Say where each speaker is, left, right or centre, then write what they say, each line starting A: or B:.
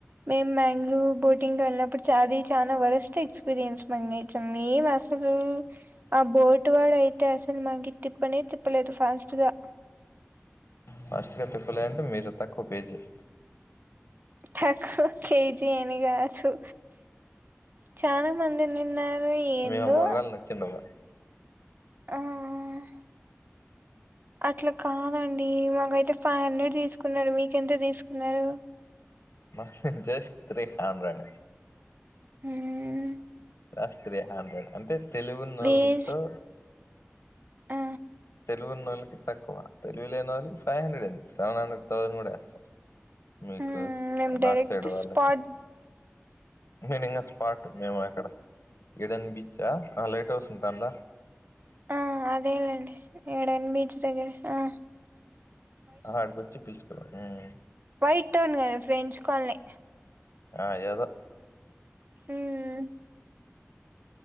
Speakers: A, on the right; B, on the left.
A: మేము బెంగళూర్ బోటింగ్కి వెళ్ళినప్పుడు అది చాలా వరస్ట్ ఎక్స్పీరియన్స్ మాకు నేచర్ ఏం అసలు ఆ బోట్ వాడు అయితే అసలు మాకు తిప్పనే తిప్పలేదు ఫాస్ట్ గా.
B: ఫస్ట్గా తిప్పలే అంటే మీరు తక్కువ పే చేసిండ్రు.
A: తక్కువ పే చేడం అని కాదు చాలా మందిని నవ్వి ఎందో.
B: మేము మగాళ్ళు నచ్చిండవా
A: ఆహ్ అట్లా కాదండి మాకైతే ఫైవ్ హండ్రెడ్ తీసుకున్నారు. మీకెంత తీసుకున్నారు.
B: మ జస్ట్ త్రీ హండ్రెడ్.
A: ఉమ్
B: లాస్ట్ త్రీ హాండ్రెడ్ అంతే. తెలివినోళ్లతో.
A: వేస్ట్ ఆ,
B: తెలివి ఉన్నోళ్లకి తక్కువ తెలివి లేని వాళ్ళకి ఫైవ్ హండ్రెడ్ ఎంది సెవెన్ హండ్రెడ్ థౌజండ్ కూడా వేస్తారు. మీకు
A: మ్మ్. మేము
B: అన్నారు
A: డైరెక్ట్
B: సైడ్ వాళ్లకి.
A: స్పాట్
B: నేనింకా స్పాట్ మేము అక్కడ. ఏడన్ బీచా ఆహ్ లైట్ హౌస్ ఉందా దాంట్లా.
A: ఆహ్ అదే లేండి. ఏడన్ బీచ్ దగ్గర ఆహ్.
B: ఆహ ఆడికొచ్చి పిలుచుకురా. ఉమ్
A: పెట్ట్ టోన్ నే కదా ఫ్రెండ్స్ కాలనే.
B: ఆహ్ ఏదో.
A: ఉమ్